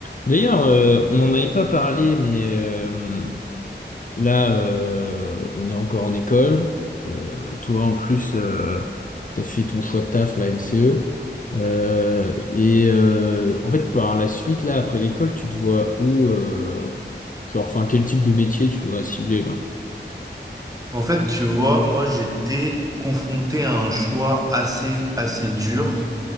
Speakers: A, on the left; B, on the right.
A: D'ailleurs, euh, on n'en avait pas parlé, mais euh, là, euh, on est encore en école. Euh, toi, en plus, euh, t'as fait ton choix de taf, la MCE. Euh, et euh, en fait, par la suite, là, après l'école, tu te vois où, euh, genre, enfin, quel type de métier tu voudrais cibler, là?
B: En fait, tu vois, moi, j'étais confronté à un choix assez, assez dur